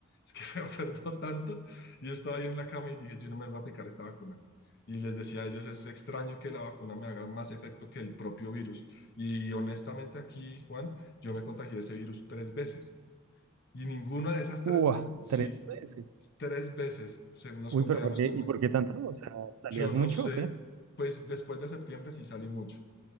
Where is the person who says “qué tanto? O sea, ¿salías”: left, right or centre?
Right